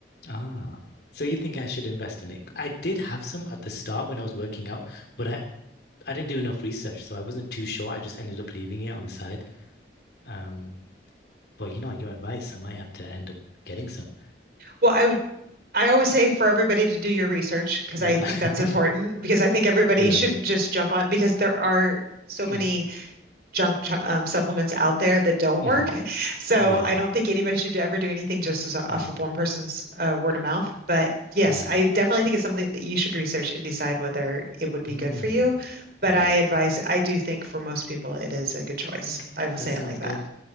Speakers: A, on the left (about 70°); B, on the right (about 55°).
A: Ah. So you think I should invest in it? I did have some at the start when I was working out, but I I didn't do enough research, so I wasn't too sure. I just ended up leaving it on the side. Um, but you know, your advice, I might have to end up getting some.
B: well, I would. I always say for everybody to do your research because
A: Yeah.
B: I think that's
A: <laughs>
B: important because I think everybody
A: Yeah.
B: shouldn't just jump on because there are so many
A: Mm.
B: junk um, supplements out there that don't
A: hmm
B: work. So
A: Yeah.
B: I don't think anybody should ever do anything just as off
A: Mm.
B: of one person's uh, word of mouth. But yes,
A: Yeah.
B: I definitely think it's something that you should research and decide whether it would be
A: Mm,
B: good for you. But
A: yeah.
B: I advise, I do think for most people, it is a good choice.
A: Okay,
B: I will
A: that
B: say
A: sounds
B: it like that.
A: good.